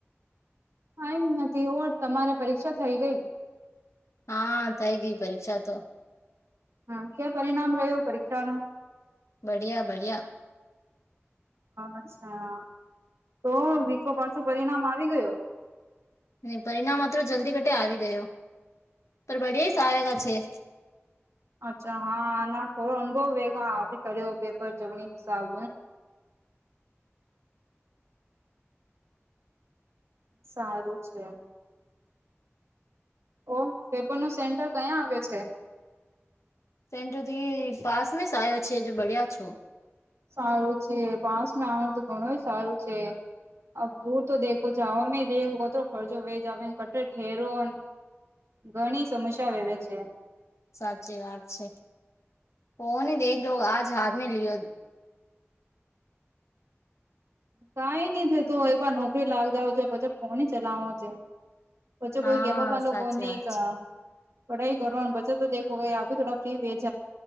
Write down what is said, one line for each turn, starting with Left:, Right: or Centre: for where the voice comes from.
Right: કઈ નથી હો તમારે પરીક્ષા થઈ ગઈ?
Left: હા થઈ ગી પરીક્ષા તો
Right: હા કે પરિણામ રહ્યો પરીક્ષા નું?
Left: બળિયા બળિયા
Right: અચ્છા તો વિકો પાછો પરિણામ આવી ગયો?
Left: ન પરિણામ આત્રો જલ્દી કટે આવી ગયો પર બળિયાઈસ આવેગા છે.
Right: અચ્છા હા ના થોડો અનુભવ વેગા કર્યો પેપર જવાણી હિસાબ સારું છે. ઓ પેપર નું સેન્ટર કયાં આવ્યો છે?
Left: સેન્ટર બી પાસમેસ આવ્યો છે જે બડ્યા છો
Right: સારું છે પાસમાં આવનું તો ઘણું સારું છે. અ રૂર તો દેખો જા અમે દેખ કરો ફરજો વે જ આવે એ કટર ઠેરોને ઘણી સમસ્યા વવે છે.
Left: સાચી વાત છે ઓ નહી દેખ લો આજ હાથ મે લિયો
Right: કઈ નઈ થ તો એક વાર નોકરી લાગ જાવ છે પછી ફોન ચલાવો છે. પછો કોઈ
Left: હા
Right: કેવાપલો
Left: સાચી
Right: કો ની
Left: વાત
Right: ક
Left: છે
Right: પઢાઈ કરો અને બચ્ચો તો દે આપી થોડા ફ્રી ભે